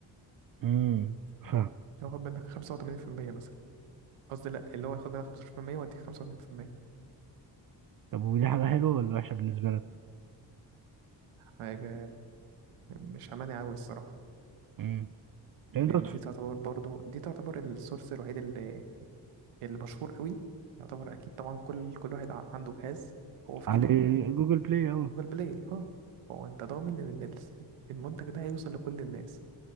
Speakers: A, on the right; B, on the right.
A: امم فاهم
B: هياخد منك 85% مثلا قصدي لأ اللي هو هياخد منك 15% ويديك 85%
A: طب ودي حاجه حلوه ولا وحشه بالنسبه لك
B: حاجة مش أمانة أوي الصراحة
A: امم لان
B: لأن
A: انت بتف-
B: دي تعتبر برضو دي تعتبر السورس الوحيد اللي اللي مشهور قوي يعتبر أكيد طبعا كل كل واحد ع- عنده جهاز هو في
A: على
B: إيده
A: جوجل بلاي اه
B: جوجل بلاي اه هو انت ضامن ان الس- المنتج ده هيوصل لكل الناس